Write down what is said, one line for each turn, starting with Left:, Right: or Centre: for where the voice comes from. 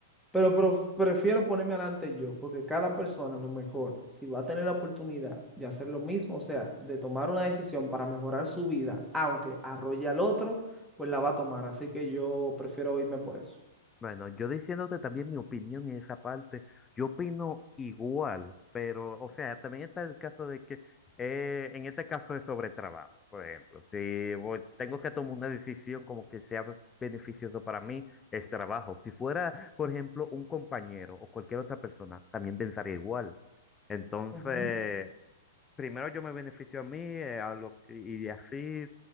Centre: pero prof- prefiero ponerme adelante yo, porque cada persona a lo mejor, si va a tener la oportunidad de hacer lo mismo, o sea, de tomar una decisión para mejorar su vida, aunque arrolle al otro, pues la va a tomar. Así que yo prefiero irme por eso.
Left: Bueno, yo diciéndote también mi opinión en esa parte, yo opino igual, pero, o sea, también está el caso de que, eh, en este caso de sobretrabajo, por ejemplo, si voy- tengo que tomar una decisión como que sea beneficioso para mí, es trabajo. Si fuera, por ejemplo, un compañero o cualquier otra persona, también pensaría igual. Entonces,
Centre: Ujú.
Left: primero yo me beneficio a mí, eh, a lo que- y así